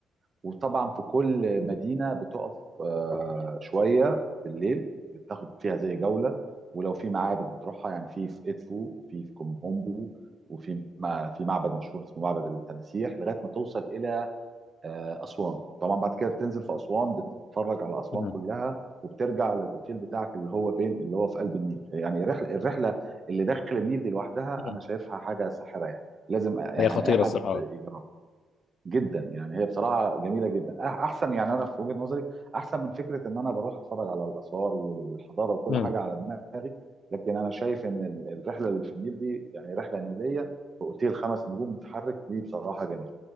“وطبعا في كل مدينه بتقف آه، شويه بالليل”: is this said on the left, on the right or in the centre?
Right